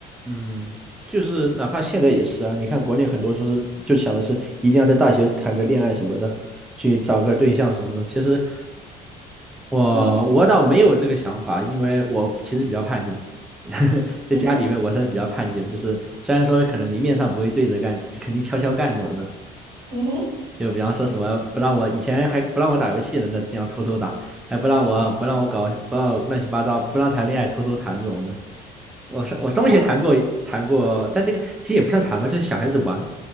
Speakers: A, in the centre; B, on the right.
A: 嗯，就是哪怕现在也是啊，你看国内很多就是就想的是一定要在大学谈个恋爱什么的，去找个对象什么的。其实我我倒没有这个想法，
B: <laughs> 嗯
A: 因为我其实比较叛逆，<laughs> 在家里面我算是比较叛逆的，
B: 嗯哼
A: 就是虽然说可能明面上不会对着干，肯定悄悄干这种的。
B: 嗯哼
A: 就比方说什么不让我以前还不让我打游戏呢，那经常偷偷打，还不让我不让我搞不让我乱七八糟，不让谈恋爱偷偷谈这种的。我上我中学谈过谈过，
B: 嗯。
A: 但那个其实也不算谈吧，就是小孩子玩。